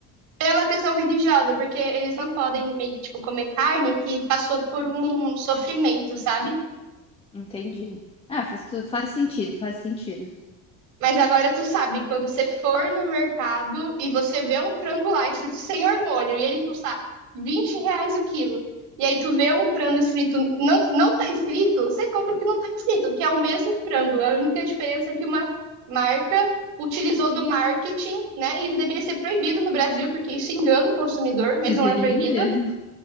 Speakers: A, on the right; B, on the left.
A: É uma questão religiosa, porque eles não podem meio que, tipo, comer carne que passou por um sofrimento, sabe?
B: Entendi. Ah, faz, faz sentido, faz sentido.
A: Mas agora tu sabe, quando você for no mercado e você vê um frango lá escrito sem hormônio e ele custar 20 reais o quilo, e aí tu vê um frango escrito, não, não tá escrito, você compra o que não tá escrito, que é o mesmo frango. A única diferença é que uma marca utilizou do marketing, né? E isso deveria ser proibido no Brasil, porque isso engana o consumidor, mas
B: Deveria
A: não é proibido.
B: mesmo.